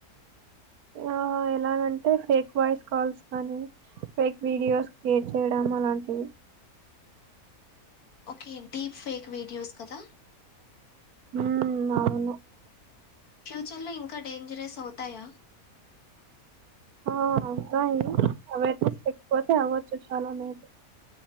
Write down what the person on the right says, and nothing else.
ఆ ఎ ఎలాగంటే ఫేక్ వాయిస్ కాల్స్ కానీ ఫేక్ వీడియోస్ క్రియేట్ చేయడం అలాంటివి
ఉ అవును
ఆ అబ్బాయి అవేర్నెస్ లేకపోతే అవ్వచ్చు చాలా మేలు